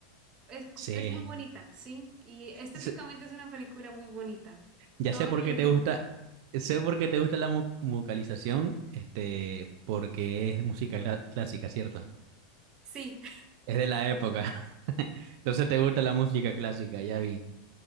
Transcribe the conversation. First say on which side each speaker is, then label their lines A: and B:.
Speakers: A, on the right; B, on the right.
A: Es, cu-
B: Sí.
A: es muy bonita, sí. Y estéticamente
B: sé-
A: es una película muy bonita.
B: ya
A: Todo
B: sé por
A: en ella
B: qué
A: es
B: te
A: lindo.
B: gusta, sé por qué te gusta la mu- musicalización, este, porque es música cla- clásica, ¿cierto?
A: Sí,
B: Es de la época. <laughs> Entonces te gusta la música clásica, ya vi.